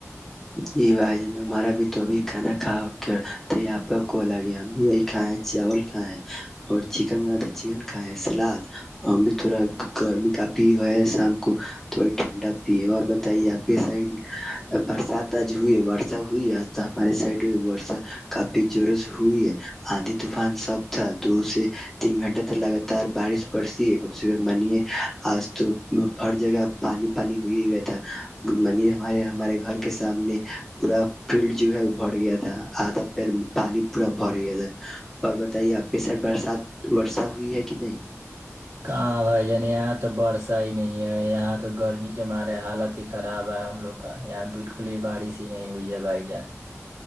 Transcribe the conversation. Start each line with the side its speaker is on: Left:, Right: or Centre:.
Centre: یہ بھائی جن ہمارا بھی تو بھی کھانا کھا اور کیا یہ آپ کا کوال آ گیا کھ ہے چاول کھ ہے اور چکن بناتا چکن کھائے سلاد ہم نے تھوڑا گرمی کافی ہے شام کو تو ب ٹھنڈا پیے اور بتائیے آپ کے سائڈ برسات ج ہوئی ہے واٹسپ ہوئی ہے ہمارے سائٹ واسپ کافی زور سے ہوئی ہے آندھی طوفان سب تھا دو سے تین گھنٹہ ت لگاتار بارش پڑتی ہے کم سے کم منی آج تو ہر جگہ پانی پانی ہوئی ہی گیا تھا منی ہمارے ہمارے گھر کے سامنے پورا فیلڈ جو ہے بھر گیا تھا کیا <unintelligible> آدھا پیر پانی <unintelligible> پورا با رہی گ تھا ہے اور بتائیے آپ کے سر برسات ورشا ہوئی ہے کہ نہیں
Right: ہاں بھائی جان یہاں تو برس صح ہی نہیں ہے یہاں تو گرمی کے مارے حالت ہی خراب ہے ہم لوگ کا یہاں بالکل ہی بارش ہی نہیں ہوئی ہے بھائی جان